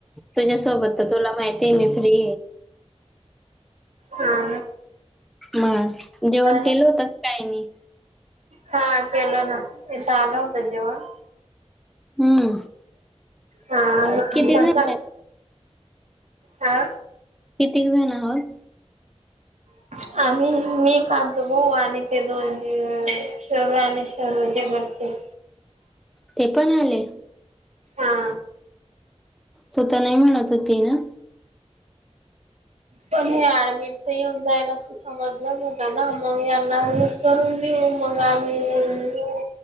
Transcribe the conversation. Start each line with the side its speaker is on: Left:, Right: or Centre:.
Centre: तुझ्यासोबत तुला माहिती आहे मी फ्री
Right: हा.
Centre: म जेवण
Right: झालं?
Centre: केलं होत काय नाही.
Right: हा केल ना इथं आलं होतं जेवण.
Centre: हम्म
Right: हा.
Centre: किती जण आहेत
Right: हा.
Centre: किती जण आहातत.
Right: <unintelligible> आम्ही मी खांतो भाऊ आणि ते दोन शरू आणि शहरूचे घरचे.
Centre: ते पण आले.
Right: हा.
Centre: तू तर नाही म्हणत होती ना.
Right: पण हे आडबिडच येऊन जायला. समजलंच होत ना मग यांना अडवत करून देऊ मग आम्ही येऊ.